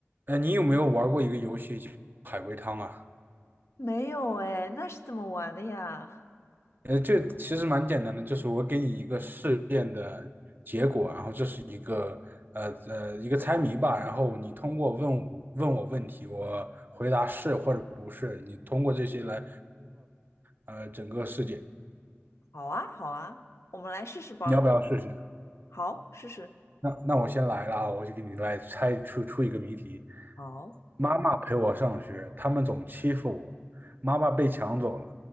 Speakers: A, on the right (about 45°); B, on the left (about 75°).
A: 呃，你有没有玩过一个游戏叫海龟汤啊？
B: 没有哎，那是怎么玩的呀？
A: 呃，这其实蛮简单的，就是我给你一个事件的，然后这是一个呃呃一个猜谜吧，然后你通过问我问我问题，我回答是或者不是，你通过这些来呃整个事件，
B: <laughs> 好啊，好啊，我们来试试吧。
A: 你要不要试试？
B: 好，试试。
A: 那那我先来了啊，我就给你来猜出出一个谜题。
B: 好，
A: 妈妈陪我上学，他们总欺负我，妈妈被抢走了，